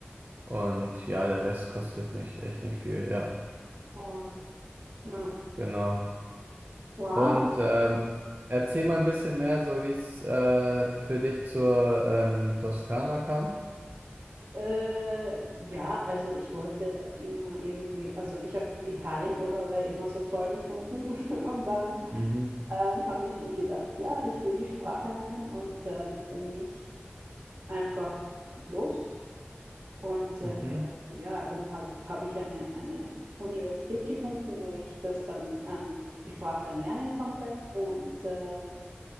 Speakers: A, on the right; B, on the right.
A: und ja, der Rest kostet nicht, echt nicht viel. Ja,
B: Oh, na,
A: genau.
B: wow.
A: Und ähm, erzähl mal ein bisschen mehr, so wie es äh, für dich zur ähm, Toskana kam.
B: Äh, ja, also ich wollte immer irgendwie, also ich habe Italienurlaube immer so toll gefunden <laughs> und dann
A: Mhm.
B: ähm, habe ich mir gedacht, ja, ich will die Sprache lernen und dann bin ich einfach los und äh,
A: Mhm.
B: ja, dann habe hab hab ich eine, eine Universität gefunden, wo ich das dann, ähm, die Sprache dann lernen konnte und ähm,